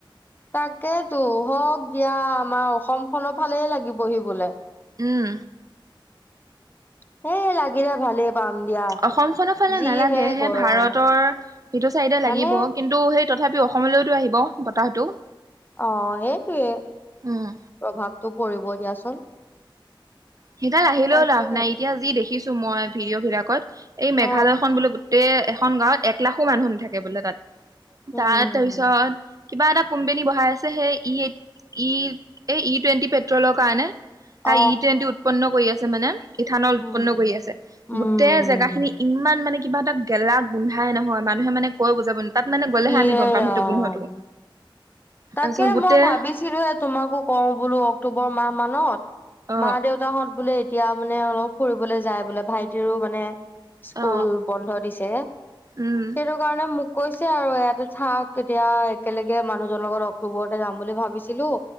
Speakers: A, on the left; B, on the right.
A: তাকেতো হওক দিয়া আমাৰ অসম খনৰ ফালেই লাগিবহি বোলে।
B: উম।
A: সেই লাগিলে ভালেই পাম দিয়া।
B: অসম খনৰ ফালে
A: যিহে
B: নালাগে সে
A: গৰম
B: ভাৰতৰ সিটো চাইডে
A: মানে
B: লাগিব। কিন্তু সেই তথাপি অসমলৈওতো আহিব বতাহটো।
A: অ সেইটোৱে
B: উম
A: প্ৰভাৱটো পৰিব দিয়াচোন।
B: সেইডাল আহিলেও
A: তাকে
B: লাভ নাই, এতিয়া যি দেখিছোঁ মই ভিডিঅ বিলাকত এই
A: অ
B: মেঘালয়খন বোলো গোটেই এখন গাঁৱত এক লাখো মানুহ নাথাকে বোলে তাত,
A: উম
B: তাত তাৰপিছত কিবা এটা কোম্পেনি বহাই আছে সেই ই এইট ই এ ই টুৱেণ্টি পেট্ৰলৰ কাৰণে। হা
A: অ
B: ই টুৱেণ্টি উৎপন্ন কৰি আছে মানে, ইথানল
A: উম
B: উৎপন্ন কৰি আছে।
A: উম
B: গোটেই জেগাখিনি ইমান মানে কিবা এটা গেলা গোন্ধাই নহয় মানুহে মানে কৈ বুজাব তাত মানে গ'লেহে
A: ইয়ে
B: আমি গম পাম
A: ৰাম
B: সেইটো গোন্ধটো।
A: তাকে
B: তাৰপিছত গোটেই
A: মই ভাবিছিলোঁ হে তোমাকো কওঁ বোলো অক্টোবৰ মাহ মানত
B: অ
A: মা দেউ তহত বোলে এতিয়া মানে অলপ ফুৰিবলৈ যায় বোলে, ভাইটিৰো মানে স্কুল
B: অ
A: বন্ধ দিছে
B: উম
A: সেইটো কাৰণে মোক কৈছে আৰু ইয়াতে থাক। তেতিয়া একেলগে মানুহজনৰ লগত অক্টোবৰতে যাম বুলি ভাবিছিলোঁ।